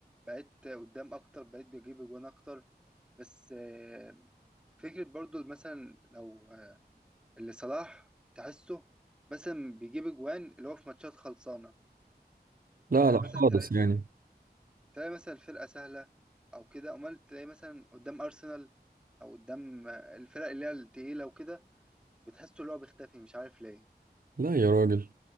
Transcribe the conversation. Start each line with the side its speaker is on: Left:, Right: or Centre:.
Centre: بقيت قدام أكتر بقيت بجيب أجوان أكتر بس آه، فكرة برضو مثلا لو آه، اللي صلاح تحسه مثلا بيجيب أجوان اللي هو في ماتشات خلصانة
Right: لا
Centre: يعني
Right: لا
Centre: مثلا
Right: خالص
Centre: تلاقي
Right: يعني
Centre: تلاقي مثلا الفرقة سهلة أو كده أمال تلاقي مثلا قدام أرسنال أو قدام آه، الفرق اللي هي التقيلة وكده بتحسه اللي هو بيختفي مش عارف ليه
Right: لا يا راجل يعني